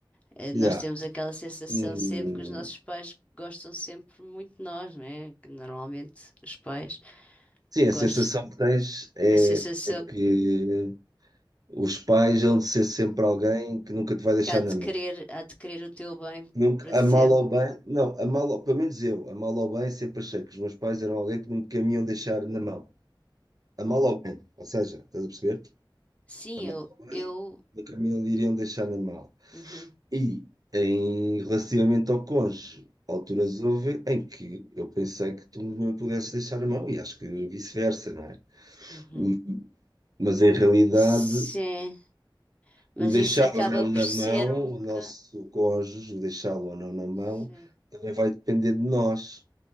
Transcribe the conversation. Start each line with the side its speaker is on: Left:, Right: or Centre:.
Left: Eh,
Right: Yeah.
Left: Nós temos aquela sensação
Right: Hum,
Left: sempre que os nossos pais gostam sempre muito de nós, não é? Que normalmente os pais
Right: sim,
Left: gostam
Right: a sensação que tens é,
Left: A sensação
Right: é que os pais hão de ser sempre alguém que nunca te vai deixar
Left: que há
Right: na
Left: de
Right: mão.
Left: querer, há de querer o teu bem
Right: Nunca,
Left: para sempre.
Right: a mal ou bem, não, a mal, ou- pelo menos eu, a mal ou bem, sempre achei que os meus pais eram alguém que nunca me iam deixar na mão. A mal ou bem, ou seja, estás a perceber?
Left: Sim,
Right: A mal
Left: eu,
Right: ou bem,
Left: eu,
Right: nunca me iriam deixar na mão.
Left: uhum,
Right: E em, relativamente ao cônjuge, alturas houve em que eu pensei que tu me pudesses deixar a mão, e acho que vice-versa, não é?
Left: uhum.
Right: E- Mas em realidade,
Left: Sim, mas
Right: o deixar
Left: isso acaba
Right: ou não
Left: por
Right: na
Left: ser
Right: mão,
Left: um bocado,
Right: o nosso cônjuge, o deixá-lo ou não na mão,
Left: sim,
Right: também vai depender de nós.